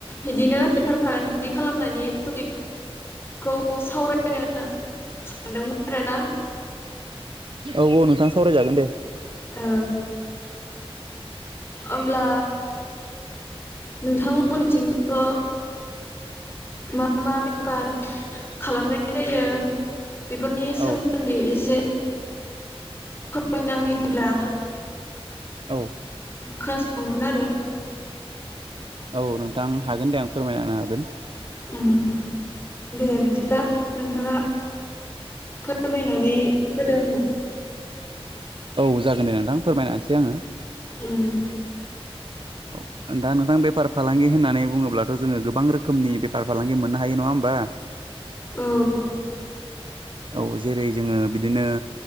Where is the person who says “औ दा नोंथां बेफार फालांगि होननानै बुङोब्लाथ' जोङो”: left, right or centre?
Right